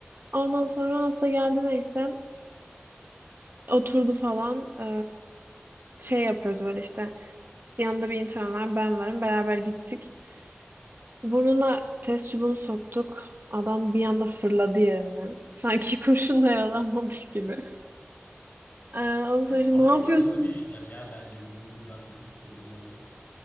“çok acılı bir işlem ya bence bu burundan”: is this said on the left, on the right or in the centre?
Left